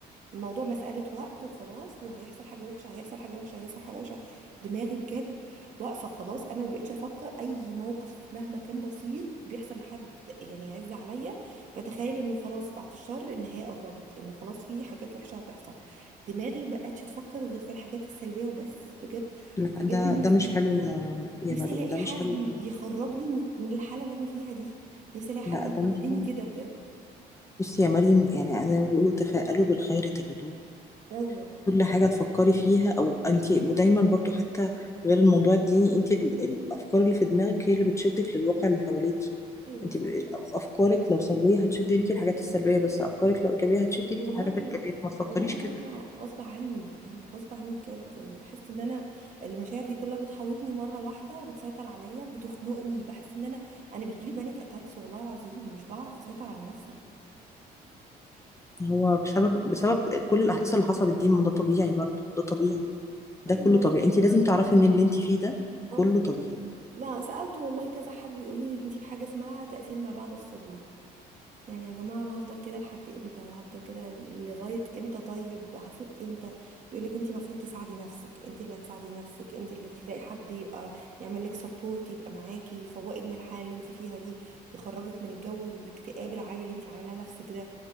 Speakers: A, on the right (about 45°); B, on the left (about 15°).
A: الموضوع مسألة وقت وخلاص وهيحصل حاجة وحشة هيحصل حاجة وحشة هيحصل حاجة وحشة دماغي بجد واقفة خلاص انا ما بقتش افكر اي موقف مهما كان بسيط بيحصل لحد يعني يعز عليا بتخيل انه خلاص بعد الشر النهاية قربت ان خلاص في حاجات وحشة هتحصل دماغي بقتش تفكر غير في الحاجات السلبية وبس بجد
B: لا
A: بجد
B: ده
A: نفسي
B: ده مش حلو يا يا
A: نفسي
B: مريم
A: الاقي
B: ده
A: حد
B: مش حلو خالص.
A: يخرجني من من الحالة اللي انا فيها دي نفسي الاقي حد
B: لا
A: يشدني
B: ده مش حلو
A: كده بجد
B: بصي يا مريم يعني زي ما بيقولوا تفاءلوا بالخير تجدوه
A: ايوه
B: كل حاجه تفكري فيها او انت ودايما برضو حتى غير الموضوع الديني انت ال- الافكار اللي في دماغك هي اللي بتشدك للواقع اللي حواليكي
A: ايوه
B: انت
A: صح
B: ب- افكارك لو سلبيه هتشد ليكي الحاجات السلبيه بس افكارك لو ايجابيه هتشد
A: بس
B: ليكي
A: والله
B: الحاجات الايجابيه ما تفكريش
A: والله يا
B: كده
A: رنا غصب عني يعني غصب عني بجد يعني بحس ان انا المشاعر دي كلها بتحوطني مره واحده وبتسيطر عليا بتخنقني بحس ان انا انا بيجيلي بانيك اتاكس والله العظيم مش بعرف اسيطر على نفسي
B: هو بسبب بسبب كل الاحداث اللي حصلت دي ما ده طبيعي برضه ده طبيعي ده
A: ايوه
B: كله
A: والله.
B: طبيعي انت لازم تعرفي ان اللي انت فيه ده
A: اه
B: كله طبيعي
A: ما سالت والله كذا حد يقول لي انت في حاجه اسمها تاثير ما بعد الصدمه يعني يا جماعة أنا هفضل كده لحد إمتى هفضل كده لغاية إمتى طيب هفوق إمتى يقولك أنت المفروض تساعدي نفسك أنت اللي هتساعدي نفسك أنت اللي تلاقي حد يبقى يعمل لك سبورت يبقى معاكي يفوقك من الحالة اللي أنت فيها دي يخرجك من الجو الاكتئاب العام اللي أنت عاملاه لنفسك ده